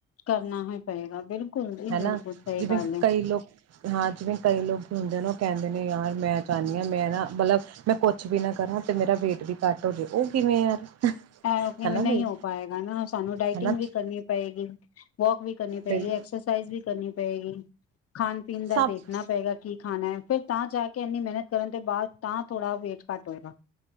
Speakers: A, on the left; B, on the right.
A: ਕਰਨਾ ਹੀ ਪਏਗਾ, ਬਿਲਕੁਲ ਜੀ
B: ਹਨਾ
A: ਬਿਲਕੁਲ, ਸਹੀ
B: ਜਿਵੇਂ
A: ਗੱਲ ਏ।
B: ਕਈ ਲੋਕ ਹਾਂ ਜਿਵੇਂ ਕਈ ਲੋਕ ਹੁੰਦੇ ਨੇ, ਔ ਕਹਿੰਦੇ ਨੇ ਯਾਰ ਮੈਂ ਚਾਨੀ ਹਾਂ ਮੈਂ ਨਾ, ਮਲਬ ਮੈਂ ਕੁਛ ਵੀ ਨਾ ਕਰਾਂ ਤੇ ਮੇਰਾ ਵੇਟ ਵੀ ਘੱਟ ਹੋਜੇ, ਔ ਕਿਵੇਂ ਯਾਰ?
A: ਐ ਕਿਵੇਂ?
B: ਹਨਾ
A: ਨਹੀਂ
B: ਬਈ
A: ਹੋ ਪਾਏਗਾ ਨਾ, ਸਾਨੂੰ ਡਾਇਟਿੰਗ
B: ਹਨਾ
A: ਵੀ ਕਰਨੀ ਪਏਗੀ। ਵੋਕ ਵੀ ਕਰਨੀ ਪਏਗੀ,
B: ਬਿਲ
A: ਐਕਸਰਸਾਈਜ਼ ਵੀ ਕਰਨੀ ਪਏਗੀ। ਖਾਣ ਪੀਣ ਦਾ
B: ਸਭ
A: ਦੇਖਣਾ ਪਏਗਾ, ਕੀ ਖਾਣਾ ਏ? ਫਿਰ ਤਾਂ ਜਾ ਕੇ ਇੰਨੀ ਮਿਹਨਤ ਕਰਨ ਤੇ ਬਾਦ ਤਾਂ ਥੋੜ੍ਹਾ ਵੇਟ ਘੱਟ ਹੋਏਗਾ।